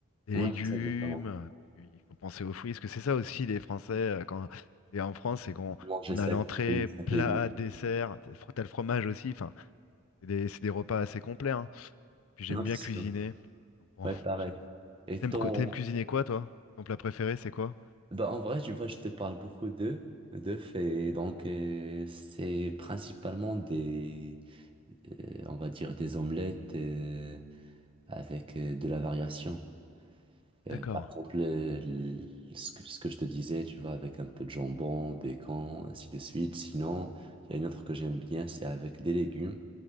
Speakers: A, on the left; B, on the right.
A: Des
B: moi
A: légumes,
B: j'essaie de faire
A: tu- il faut penser aux fruits, parce que c'est ça aussi les Français, euh, quand c'est en France, c'est qu'on
B: manger
A: on
B: 5
A: a l'entrée,
B: fruits, 5
A: plat,
B: légumes.
A: dessert, t'as le fro- t'as le fromage aussi, enfin, c'est des, c'est des repas assez complets, hein. Et puis j'aime
B: Non,
A: bien
B: c'est
A: cuisiner.
B: sûr.
A: Donc bon,
B: Ouais, pareil.
A: j'ai-
B: Et
A: t'aimes
B: ton...
A: cu- t'aimes cuisiner quoi toi? Ton plat préféré c'est quoi?
B: Bah, en vrai, tu vois, je te parle beaucoup d'œufs. D'œufs, et donc euh, c'est principalement des, euh, on va dire, des omelettes euh, avec euh, de la variation. Euh,
A: D'accord.
B: par exemple, le- le- ce que, ce que je te disais, tu vois, avec un peu de jambon, bacon, ainsi de suite. Sinon, il y a une autre que j'aime bien, c'est avec des légumes.